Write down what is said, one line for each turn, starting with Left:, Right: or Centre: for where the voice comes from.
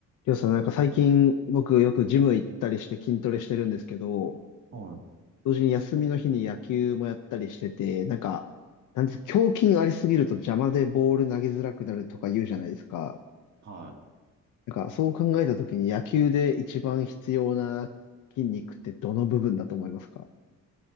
Left: りょうさん、なんか最近僕よくジム行ったりして筋トレしてるんですけど、
Right: はい。
Left: 同時に休みの日に野球もやったりしてて、なんか、なんていうの胸筋ありすぎると邪魔でボール投げづらくなるとか言うじゃないですか。
Right: はい。
Left: なんかそう考えたときに野球で一番必要な筋肉ってどの部分だと思いますか